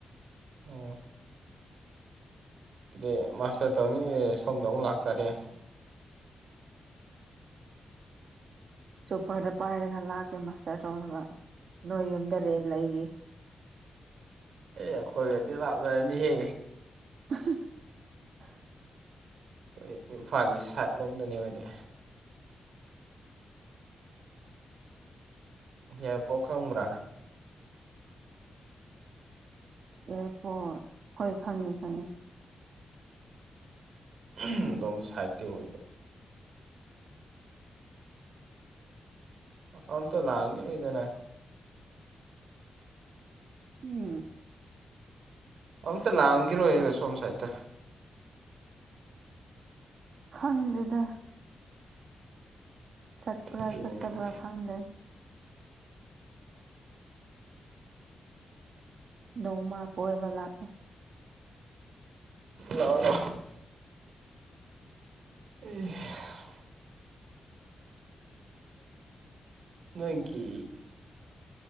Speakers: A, on the right; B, on the right.
A: ꯎꯝ ꯑꯗꯨꯗꯤ ꯃꯥꯁꯇꯔ ꯇꯧꯅꯤꯡꯔꯦ ꯁꯣꯝꯗꯥ ꯑꯃꯨꯛ ꯂꯥꯛꯇꯥꯔꯦ
B: ꯆꯣꯄꯔꯗꯥ ꯄꯥꯏꯔꯒꯥ ꯂꯥꯛꯀꯦ ꯃꯥꯁꯇꯔ ꯇꯧꯅꯕ ꯅꯣꯏ ꯌꯨꯝꯗꯥ ꯔꯦꯟ ꯂꯩꯒꯦ
A: ꯑꯦ ꯑꯈꯣꯏꯒꯥꯗꯤ ꯂꯥꯞꯅꯥꯔꯥꯅꯤ ꯍꯦ
B: <unintelligible>
A: ꯈꯣꯏ ꯏꯝꯐꯥꯜ ꯏꯁ ꯁꯥꯏꯠ ꯂꯣꯝꯗꯥꯅꯦꯕꯥ ꯍꯥꯏꯗꯤ ꯌꯥꯏꯄꯣꯛ ꯈꯪꯕ꯭ꯔꯥ
B: ꯌꯥꯏꯔꯤꯄꯣꯛ ꯍꯣꯏ ꯈꯪꯉꯦ ꯈꯪꯉꯦ
A: ꯑꯥꯗꯣꯝ ꯁꯥꯏꯇꯤ ꯑꯣꯏꯕ ꯑꯝꯇꯥ ꯂꯥꯛꯑꯝꯒꯤꯅꯤꯗꯥ ꯅꯣꯏ
B: ꯎꯝ
A: ꯑꯝꯇꯥ ꯂꯥꯛꯑꯝꯈꯤꯔꯣꯏꯕꯥ ꯁꯣꯝ ꯁꯥꯏꯇꯥ
B: ꯈꯪꯗꯦꯗꯥ ꯆꯠꯄ꯭ꯔꯥ
A: ꯑꯗꯨꯅꯦꯕ
B: ꯆꯠꯇꯥꯕ꯭ꯔꯥ ꯈꯪꯗꯦ ꯅꯣꯡꯃꯥ ꯀꯣꯏꯕ ꯂꯥꯛꯀꯦ
A: ꯂꯥꯛꯑꯣ ꯂꯥꯛꯑꯣ ꯏꯁ ꯅꯣꯏꯒꯤ